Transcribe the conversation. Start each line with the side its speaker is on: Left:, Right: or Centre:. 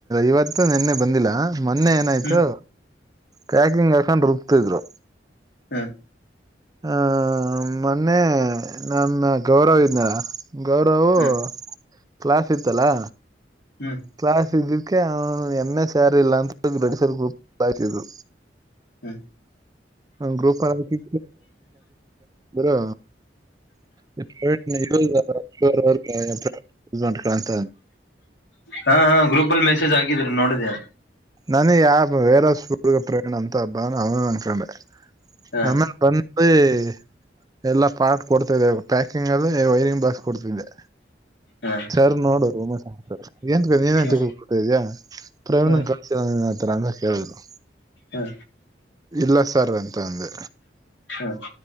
Right: ಇವತ್ತು ನಿನ್ನೆ ಬಂದಿಲ್ಲ. ಮನ್ನೆ ಏನಾಯ್ತು
Left: ಹ್ಮ್
Right: ಪ್ಯಾಕಿಂಗ್ ಹಾಕೊಂದ ರೂಬತಿದ್ರು.
Left: ಹು
Right: ಹ ಮೊನ್ನೆ ನನ್ನ ಗೌರವಿಂದ. ಗೌರವು
Left: ಹ್ಮ್
Right: ಕ್ಲಾಸ್ ಇತ್ತಲಾ.
Left: ಹು
Right: ಕ್ಲಾಸ್ ಇದಕ್ಕೆ ಅವನು ಎಮ ಎಸ್ ಯ್ಯಾರು ಇಲ್ಲಾ ಅಂತ ಬಿಡಿಸಿ ಗ್ರೂಪ್ ಕ್ಲಾಸ್ ಬದ್ಲಿಯಿಸಿದ್ರೂ.
Left: ಹ್ಮ್
Right: ಗ್ರೂಪಲ್ಲಿ ಗುರು ಸಪ್ರೇಟ್ ನೀಡೋಲ್ಲಾ ಬೆರೋರಿಗೆ ಮಾಡ್ಲಾಕ.
Left: ಹಾ ಹಾ ಗ್ರೂಪಲ್ಲಿ ಮೆಸೇಜ್ ಹಾದ್ರ ನೋಡಿದಾ.
Right: ನಾನೆ ಯಾಪ ಬೇರ ಹುಗ ಪ್ರೇಣ ಅಂತ ಹಬ್ಬಾನ ಅವನು ಅನ್ಕೊಂಡೆ
Left: ಹ
Right: ಆಮೇಲೆ ಬಂದ. ಯೆಯೇ ಎಲ್ಲಾ ಪಾರ್ಟ್ ಕೊಡ್ತಾದೆ ಪ್ಯಾಕಿಂಗ್ ಅದು ವೈರಿಂಗ್ ಬಾಕ್ಸ್ ಕೊಡ್ತಿದ್ದೆ.
Left: ಹ
Right: ಸರ ನೋಡೋ ಉಮಾ ಸರ ಏನಡ್ರಿ ಏನಂತಿಳ್ಕೋಬೇಕು
Left: ಹ
Right: ಇದ್ಯಾ ಪ್ರವೀಣ
Left: ಹ
Right: ಕರದ್. ಸರ್ ಆತರಾ ಅಂದ್ರ ಹೇಳ್ಬೇಕು.
Left: ಹ
Right: ಇಲ್ಲಾ ಸರ್ ಅಂತ ಅಂದೆ.
Left: ಹಾ.